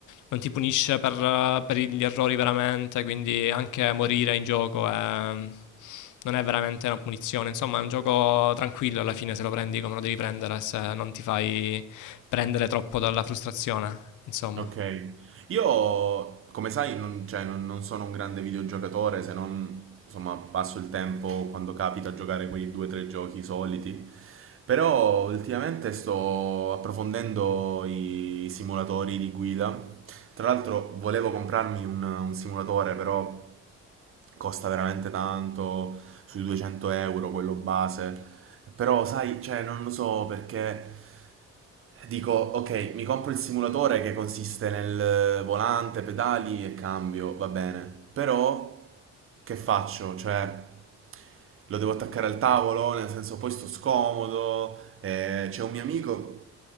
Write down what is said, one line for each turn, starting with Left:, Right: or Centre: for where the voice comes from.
Left: non ti punisce per, eh, per gli errori veramente, quindi anche morire in gioco è- non è veramente una punizione, insomma è un gioco tranquillo alla fine se lo prendi come lo devi prendere, se non ti fai prendere troppo dalla frustrazione, insomma.
Right: Ok, io come sai non, cioè, non- non sono un grande videogiocatore se non insomma passo il tempo quando capita a giocare quei due o tre giochi soliti, però ultimamente sto approfondendo i simulatori di guida, tra l'altro volevo comprarmi un, un simulatore però costa veramente tanto, sui 200 euro, quello base. Però, sai, cioè, non lo so perché dico, ok, mi compro il simulatore che consiste nel volante, pedali e cambio, va bene. Però, che faccio? Cioè, lo devo attaccare al tavolo, nel senso, poi sto scomodo. eh, c'è un mio amico